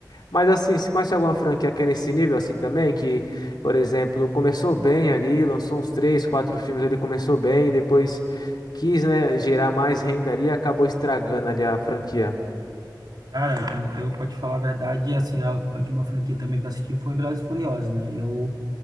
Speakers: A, on the left; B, on the right.
A: Mas assim, você conhece alguma franquia que é nesse nível assim também? Que, por exemplo, começou bem ali, lançou uns três, quatro filmes ali, começou bem, depois quis, né, gerar mais renda ali e acabou estragando ali a franquia.
B: Cara, eu, eu pra te falar a verdade, assim, a, a última franquia também que eu assisti foi Velozes e Furiosos, né? Eu